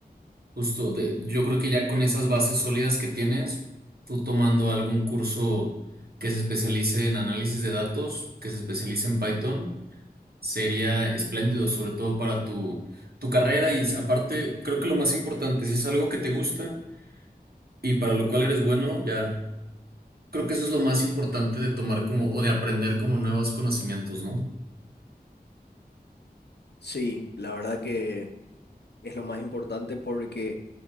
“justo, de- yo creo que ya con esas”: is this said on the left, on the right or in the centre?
Right